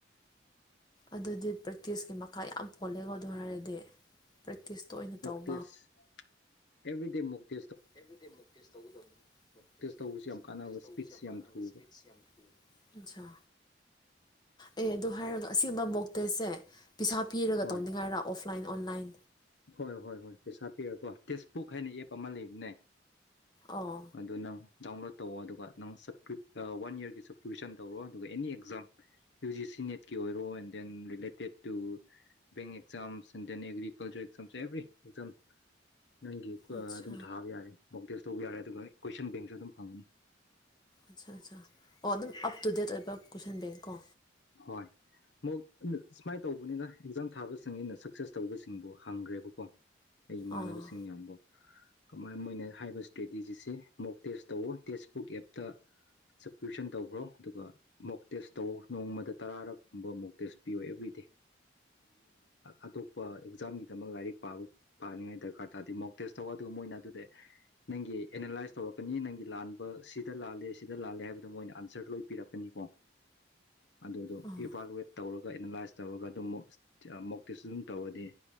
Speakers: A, on the left; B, on the left.
A: ꯑꯗꯨꯗꯤ ꯄ꯭ꯔꯦꯛꯇꯤꯁꯀꯤ ꯃꯈꯥ ꯌꯥꯝ ꯄꯣꯜꯂꯦꯀꯣ ꯑꯗꯨ ꯍꯥꯏꯔꯗꯤ ꯄ꯭ꯔꯦꯛꯇꯤꯁꯇꯣ ꯑꯣꯏꯅ ꯇꯧꯕ
B: ꯇꯦꯠꯁ ꯑꯦꯚ꯭ꯔꯤꯗꯦ ꯃꯣꯛ ꯇꯦ
A: ꯑꯦꯕ꯭ꯔꯤꯗꯦ ꯃꯣꯛ ꯇꯦꯁ ꯇꯧꯒꯗꯕꯅꯤ ꯃꯣꯛ ꯇꯦꯁ
B: ꯇꯧꯕꯁꯤ
A: ꯇꯧꯕꯁꯤꯅ
B: ꯌꯥꯝ ꯀꯥꯟꯅꯕ
A: ꯃꯣꯛ ꯇꯦꯁ
B: ꯏꯁꯄꯤꯠꯁꯤ
A: ꯇꯧꯕꯁꯤꯅ
B: ꯊꯨꯕ
A: ꯌꯥꯝ ꯀꯥꯟꯅꯕ ꯁ꯭ꯄꯤꯠ ꯌꯥꯝ ꯍꯦꯟ ꯑꯆꯥ ꯑꯦ ꯑꯗꯨ ꯍꯥꯏꯔꯒ ꯑꯁꯤꯒꯨꯝꯕ ꯃꯣꯛ ꯇꯦꯁ ꯁꯦ ꯄꯩꯁꯥ ꯄꯤꯔꯒ
B: ꯍꯣꯏ
A: ꯇꯧꯅꯤꯡꯉꯥꯏꯔ ꯑꯣꯐꯤꯁ ꯑꯣꯐꯂꯥꯏꯟ ꯑꯣꯟꯂꯥꯏꯟ
B: ꯍꯣꯏ ꯍꯣꯏ ꯍꯣꯏ ꯄꯩꯁꯥ ꯄꯤꯔꯀꯣ ꯇꯦꯛꯁꯕꯨꯛ ꯍꯥꯏꯅ ꯑꯦꯞ ꯑꯃ ꯂꯩꯕꯅꯦ
A: ꯑꯣ
B: ꯑꯗꯨ ꯅꯪ ꯗꯥꯎꯟꯂꯣꯗ ꯇꯧ ꯑꯗꯨꯒ ꯅꯪ ꯁꯀ꯭ꯔꯤꯞ ꯋꯥꯟ ꯌꯔꯒꯤ ꯁꯞꯁꯀ꯭ꯔꯤꯞꯁꯟ ꯇꯧꯔꯣ ꯑꯗꯨꯒ ꯑꯦꯅꯤ ꯑꯦꯛꯖꯥꯝ ꯌꯨ ꯖꯤ ꯁꯤ ꯁꯤꯅꯦꯠꯀꯤ ꯑꯣꯏꯔꯣ and then related to bank exams and then ꯑꯦꯒ꯭ꯔꯤ ꯑꯦꯚꯔꯤ ꯑꯦꯖꯝ ꯅꯪꯒꯤ
A: ꯑꯠꯆꯥ
B: ꯑꯗꯨꯝ ꯊꯥꯕ ꯌꯥꯔꯦ ꯕꯣꯛꯇꯦꯖ ꯇꯧꯕ ꯌꯥꯔꯦ ꯑꯗꯨꯒ ꯏꯀ꯭ꯋꯦꯁꯟ ꯕꯦꯡꯁꯨ ꯑꯗꯨꯝ ꯐꯪꯒꯅꯤ
A: ꯑꯠ ꯑꯠꯆꯥ ꯑꯣ ꯑꯗꯨꯝ ꯑꯞ ꯇꯨ ꯗꯦꯠ ꯑꯣꯏꯕ ꯀꯣꯏꯁꯟ ꯀꯣ
B: ꯍꯣꯏ ꯃꯣꯛ ꯁꯨꯃꯥꯏꯅ ꯇꯧꯕꯅꯤꯅ ꯑꯦꯛꯖꯥꯝ ꯊꯥꯕ ꯆꯪꯉꯅ ꯁꯛꯁꯦꯁ ꯇꯧꯕꯁꯤꯡ ꯕꯨ ꯍꯪꯈ꯭ꯔꯦꯕꯀꯣ ꯑꯩ ꯏꯃꯥꯟꯅꯕꯁꯤꯡ
A: ꯑꯥ
B: ꯌꯥꯝꯕꯨ ꯀꯃꯥꯏ ꯃꯣꯏꯅ ꯍꯥꯏꯕꯁꯤ ꯇ꯭ꯔꯦꯗꯤꯖꯤꯁꯦ ꯃꯣꯛ ꯇꯦꯁ ꯇꯧꯋꯣ ꯇꯦꯛꯁꯕꯨꯛ ꯑꯦꯞꯇ ꯁꯞꯁꯀ꯭ꯔꯤꯞꯁꯟ ꯇꯧꯈ꯭ꯔꯣ ꯑꯗꯨꯒ ꯃꯣꯛ ꯇꯦꯁ ꯇꯧꯋꯣ ꯅꯣꯡꯃꯗ ꯇꯔꯥꯔꯛꯀꯨꯝꯕ ꯃꯣꯛ ꯇꯦꯁ ꯄꯤꯌꯣ ꯑꯦꯕ꯭ꯔꯤꯗꯦ ꯑꯇꯣꯞ ꯄ ꯑꯦꯛꯖꯥꯝ ꯒꯤꯗꯃꯛ ꯂꯥꯏꯔꯤꯛ ꯄꯥꯕ ꯄꯥꯅꯤꯉꯥꯢ ꯗꯔꯀꯥꯔ ꯇꯥꯗꯦ ꯃꯣꯛ ꯇꯦꯁ ꯇꯧꯋꯣ ꯑꯗꯨꯒ ꯃꯣꯏꯅ ꯑꯗꯨꯗꯤ ꯅꯪꯒꯤ ꯑꯦꯅ ꯂꯥꯢꯁ ꯇꯧꯔꯛꯀꯅꯤ ꯅꯪꯒꯤ ꯂꯥꯟꯕ ꯁꯤꯗ ꯂꯥꯜꯂꯦ ꯁꯤꯗ ꯂꯥꯜꯂꯦ ꯍꯥꯏꯕꯗꯣ ꯃꯣꯏꯅ ꯑꯟꯁꯔ ꯂꯣꯏ ꯄꯤꯔꯛꯀꯅꯤꯀꯣ ꯑꯗꯨꯗꯣ
A: ꯑꯥ
B: ꯏꯚꯥꯂꯨꯋꯦꯠ ꯇꯧꯔꯒ ꯑꯦꯅꯥꯂꯥꯏꯁ ꯇꯧꯔꯒ ꯑꯗꯨꯝ ꯃꯣꯛ ꯃꯣꯛ ꯇꯦꯁꯁꯨ ꯑꯗꯨꯝ ꯇꯧꯔꯗꯤ